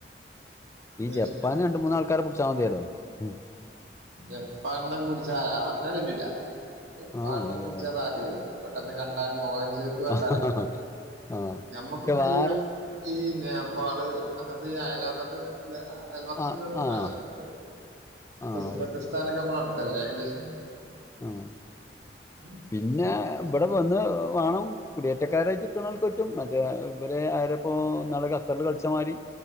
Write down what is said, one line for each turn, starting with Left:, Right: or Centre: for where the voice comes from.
Left: ഈ
Right: ഏഷ്യൻ
Left: ജപ്പാന് രണ്ട്‌ മൂന്ന് ആൾക്കാരെ പിടിച്ചാൽ മതിയല്ലോ ഉം
Right: ജപ്പാന്നോക്കെ പിടിച്ചാ അങ്ങനെ പറ്റുല്ല ജപ്പാന്നോക്കെ
Left: ആഹ് അതെതെ
Right: പിടിച്ചാ അത് അറിയല്ലോ പെട്ടെന്ന് കണ്ടാലും മോഹൻ ഷെയിപ്പ് കണ്ട
Left: ആഹ്
Right: അറിയില്ലെ ഞമ്മക്കിപ്പൊ
Left: പക്ഷെ വേറെ
Right: ഈ ഈ നേപ്പാള് അങ്ങനത്തെ ഈ അയൽവക്കത്ത്ന്ന്ള്ള അയൽവക്കത്ത്ള്ള
Left: ആഹ് ആഹ്
Right: അങ്ങനെയൊക്ക
Left: ആഹ്
Right: ഉസ്ബസ്ക്കിസ്ഥാനൊക്കെ നമ്മളെ അടുത്തല്ലേ ഏകദേശം
Left: ആഹ്
Right: ഉം
Left: പിന്നെ ഇവിടെ വന്ന് വാണം കുടിയേറ്റക്കാരായിട്ട് നിക്ക്ണോൽക്ക് പറ്റും മറ്റേ ഇവരെ അരെ പ്പോ ഇന്നാൾ കത്തറ്‌ല് കളിച്ച മാതിരി